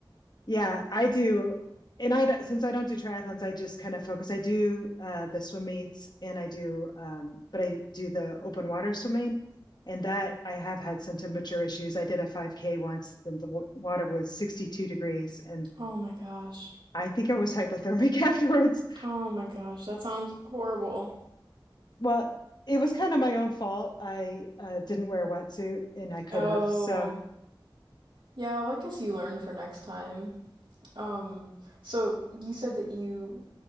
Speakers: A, on the left (about 55°); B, on the right (about 70°).
A: Yeah, I do. And I since I don't do triathlons, I just kind of focus. I do uh, the swim meets and I do, um, but I do the open water swimming. And that I have had some temperature issues. I did a 5K once, and the wa- water was 62 degrees. And
B: Oh my gosh.
A: I think I was hypothermic <laughs> afterwards.
B: Oh my gosh. That sounds horrible.
A: Well, it was kind of my own fault. I uh, didn't wear a wetsuit and I could
B: Oh.
A: have. So
B: Yeah, well, I guess you learn for next time. Um, so you said that you